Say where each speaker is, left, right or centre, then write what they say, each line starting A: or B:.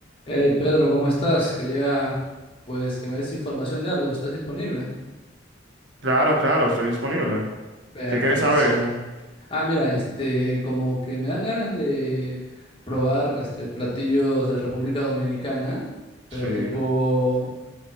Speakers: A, on the left; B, on the right.
A: Hey Pedro, ¿cómo estás? Quería pues que me des información de algo. ¿Estás disponible?
B: Claro, claro, estoy disponible.
A: Perfección.
B: ¿Qué quieres saber?
A: Ah, mira, este, como que me dan ganas de probar este platillos de República Dominicana, pero
B: Sí.
A: tipo,